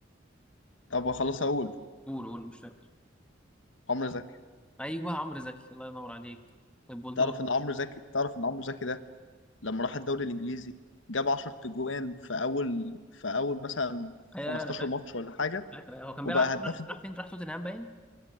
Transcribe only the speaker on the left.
طب خلاص اقول
عمرو زكي
تعرف ان عمرو زكي تعرف ان عمرو زكي ده لما راح الدوري الانجليزي جاب 10 تجوان في اول في اول مثلا
15
ماتش ولا حاجه
وبقى
هداف